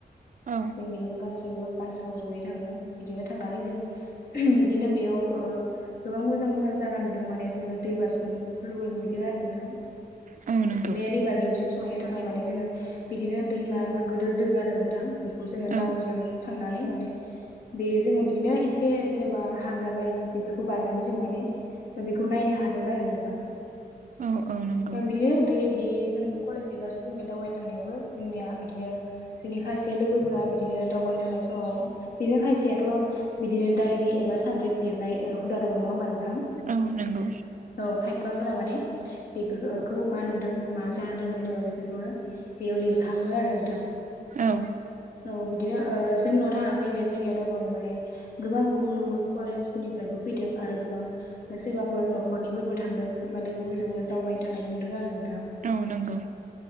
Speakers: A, on the right; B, on the left.
A: औ
B: जोंनिनो गासैबो जोङो बासाव जयै थांनो बिदिनो थांनानै जों बिबदिनो बेयाव गोबां मोजां मोजां मोजां जायगा नुदों माने जोङो दै बाज्रुमफोरबो नुहैदों आरो नोंथां।
A: औ नंगौ
B: बे दैबाज्रुमसिम सहैनो थाखाय माने जोङो बिदिनो दैमा गोदोर दोङ आरो नोंथां बेखौ जोङो नावजों
A: औ
B: थांनानै माने बे जोङो बिदिनो एसे जेन'बा हाग्रा बारि बेफोरखौ बारनानै जों माने बेखौ नायनो हादों आरो नोंथां
A: औ औ नंगौ।
B: बिदिनो दै बे जों कलेज एबा स्कुलनिफ्राय दावबायनो थांनायावबो जोंनिया बिदिनो जोंनि खायसे लोगोफोरा बिदिनो दावबायनो थांनाय समाव बिदिनो खायसेयाथ' बिदिनो डायरि एबा सानद्रेब लिरनाय हुदा दं नङा होनबा नों नोंथां
A: औ नंगौ
B: औ हा माफोरा माने बेफोरखौ मा नुदों मा जादों जेनेबा बेफोरखौनो बेयाव लिर खाङो आरो नोंथां।
A: औ
B: औ बिदि दिनो जोंल' थाङाखै बे जायगायाव दायबावनो। माने गोबां गुबुन गुबुन कलेज स्कुलनिफ्रायबो फैदों आरो गोबां सोरबाफोर न'खरनिफोरबो थांदों सोरबा लोगोफोरजोंबो दावबायनो थांनायखौ नुबैदों आरो नोंथां।
A: औ नंगौ